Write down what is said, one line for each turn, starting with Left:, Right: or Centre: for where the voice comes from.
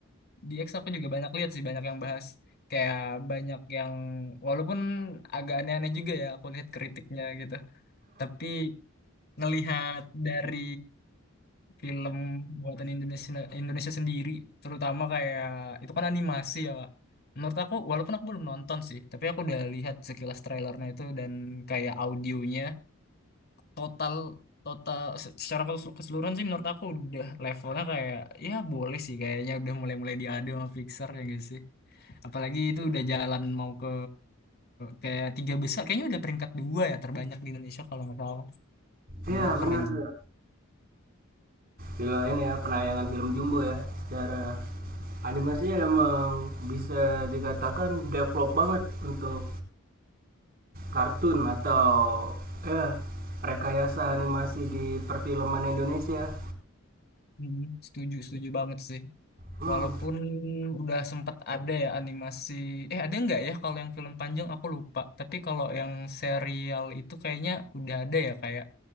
Left: di X aku juga banyak lihat sih banyak yang bahas kayak banyak yang walaupun agak aneh-aneh juga ya aku lihat kritiknya gitu tapi ngelihat dari film buatan Indonesia Indonesia sendiri terutama kayak itu kan animasi ya Kak. Menurut aku walaupun aku belum nonton sih tapi aku udah lihat sekilas trailernya itu dan kayak audionya total total se- secara kesu- keseluruhan sih menurut aku udah levelnya kayak ya boleh sih kayaknya udah mulai-mulai diadu sama Pixar ya gitu sih Apalagi itu udah jalan mau ke kayak tiga besar. Kayaknya udah peringkat dua ya terbanyak di Indonesia kalau nggak salah. Menurut
Right: iya
Left: aku
Right: bener
Left: keren sih.
Right: tuh. juga ini ya penayangan film Jumbo ya secara animasinya emang bisa dikatakan develop banget untuk kartun atau ya rekayasa animasi di perfilman Indonesia
Left: Mhm. Setuju, setuju banget sih.
Right: hmm.
Left: Walaupun udah sempet ada ya animasi. Eh ada nggak ya kalau yang film panjang aku lupa. Tapi kalau yang serial itu kayaknya udah ada ya kayak